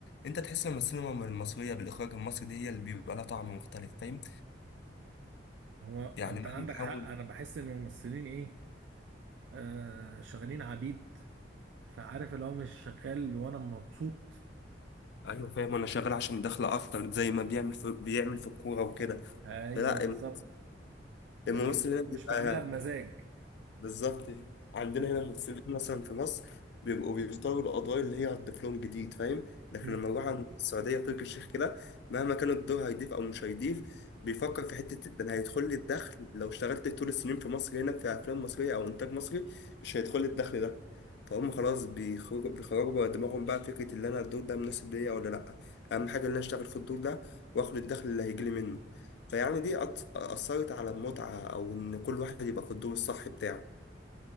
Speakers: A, on the left (about 65°); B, on the right (about 70°).
A: أنت تحس إن السينما المصرية بالإخراج المصري دي هي اللي بيبقى لها طعم مختلف فاهم
B: هو
A: يعني
B: انت
A: مهما
B: عندك
A: حاول
B: حق انا بحس ان الممثلين ايه آه شغالين عبيد فعارف اللي هو مش شغال وانا مبسوط
A: ايوه فاهم انا شغال عشان دخل اكتر زي ما بيعمل في بيعمل في الكوره وكده
B: ايوه
A: لا
B: بالظبط
A: الم-
B: لكن
A: الممثل هنا بيبقى
B: مش بعملها بمزاج
A: بالظبط عندنا هنا الممثلين مثلا في مصر بيبقوا بيختاروا القضايا اللي هي هتضيف لهم جديد فاهم لكن
B: امم
A: لما نروح عند السعودية تركي الشيخ كده مهما كان الدور هيضيف أو مش هيضيف بيفكر في حتة ده أنا هيدخل لي الدخل لو اشتغلت طول السنين في مصر هنا في أفلام مصرية أو إنتاج مصري مش هيدخل لي الدخل ده فهم خلاص بيخرجوا بيخرجوا بره دماغهم بقى فكرة اللي أنا الدور ده مناسب ليا ولا لأ أهم حاجة إن أنا أشتغل في الدور ده وآخد الدخل اللي هيجيلي منه فيعني دي أت- أثرت على المتعة أو إن كل واحد يبقى في الدور الصح بتاعه